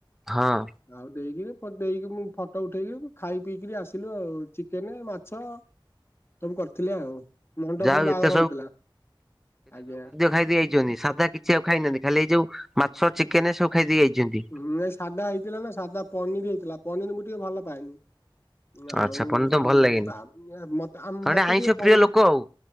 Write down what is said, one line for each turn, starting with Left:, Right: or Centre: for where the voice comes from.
Centre: ହଁ।
Left: ଆଉ ଦେଇକିରି ଦେଇକି ମୁଁ ଫଟୋ ଉଠେଇକି ଖାଇ ପିଇକରି ଆସିଲୁ ଆଉ ଚିକେନ ମାଛ ସବୁ କରିଥିଲେ ଆଉ ମଣ୍ଡପରେ
Centre: ଯାହା ହଉ
Left: ବାହାଘର
Centre: ଏତେ
Left: ହଉଥିଲା ଆଜ୍ଞା।
Centre: ଖାଇଦେଇଯାଇଛନ୍ତି ସାଧା କିଛି ଆଉ ଖାଇନାହାନ୍ତି ଖାଲି ଯୋଉ ମାଛ ଚିକେନ ସବୁ ଖାଇଦେଇ ଯାଇଛନ୍ତି?
Left: ହୁଁ ଏଇ ସାଧା ହେଇଥିଲା ନା ସାଧା ପନିର ହେଇଥିଲା ପନିର ମୁଁ ଟିକେ ଭଲ ପାଏନି। ଆଉ
Centre: ଆଚ୍ଛା ପନିର ତମକୁ ଭଲ ଲାଗେନି
Left: ବା <inaudible> ମତେ
Centre: ତମେ
Left: ମତେ
Centre: ଆଇଁଷ
Left: ଟିକେ ପନିର
Centre: ପ୍ରିୟ ଲୋକ ଆଉ